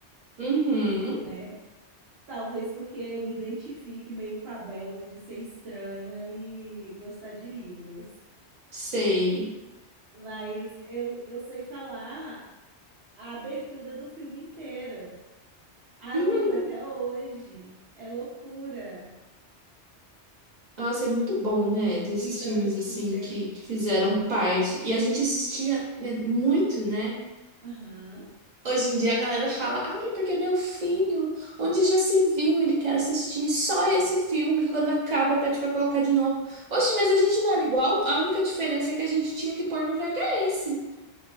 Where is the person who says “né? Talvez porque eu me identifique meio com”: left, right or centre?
Right